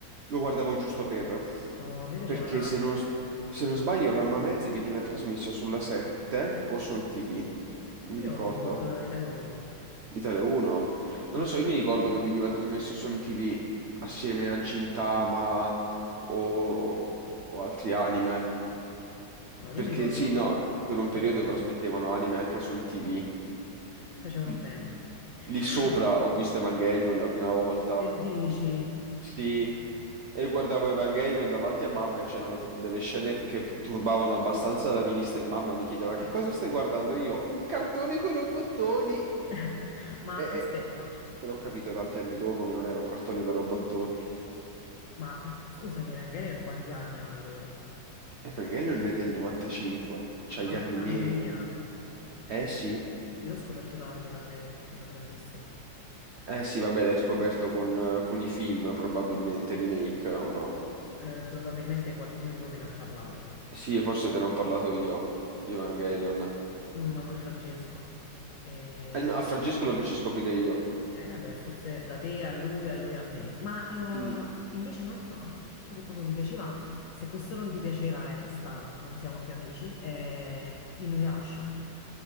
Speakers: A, on the right (about 70°); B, on the left (about 70°).
A: lo guardavo giusto per...
B: No, a me piaceva
A: Perché
B: tanto.
A: se non, s- se non sbaglio Ramma Mezzi veniva trasmesso sulla 7 o su MTV, mi
B: Io
A: ricordo.
B: mi ricordo Italia 1.
A: Italia 1. Non
B: Boh,
A: lo so, io mi ricordo che veniva trasmesso su MTV assieme a Gintama o, o altri anime.
B: no, io
A: Perché
B: mi ricordo
A: sì, no, per un
B: Italia
A: periodo
B: 1.
A: trasmettevano anime anche su MTV.
B: Facevano
A: L-
B: bene.
A: Lì
B: Ah,
A: sopra ho visto Evangelion la prima volta.
B: che dici?
A: Sì, e guardavo Evangelion davanti a mamma e c'erano tipo delle scene che turbavano abbastanza la vista e mamma mi chiedeva che cosa stai guardando? E io, un cartone con i robottoni.
B: <laughs> Ma aspetta,
A: E, Però ho capito tanti anni dopo che non era un cartone con robottoni.
B: ma eh, scusami, Evangelion quanti anni ha allora?
A: Evangelion è del 95, c'ha
B: Mamma
A: gli anni miei.
B: mia,
A: Eh sì,
B: io l'ho scoperto tardi Evangelion, ero grandissima.
A: eh sì, vabbè, l'hai scoperto con, con i film, probabilmente, remake o no?
B: Eh, probabilmente qualcuno di voi me ne ha parlato,
A: Sì, forse te ne ho parlato io di Evangelion.
B: Mm, ma pure Francesco. E
A: Eh, no, a Francesco lo feci scoprire io.
B: Eh beh, forse da te a lui, a lui a me. Ma
A: Mm,
B: eh, invece un altro, ah, un altro che proprio mi piaceva, se questo non ti piaceva è strano, non siamo più amici, è Inuyasha.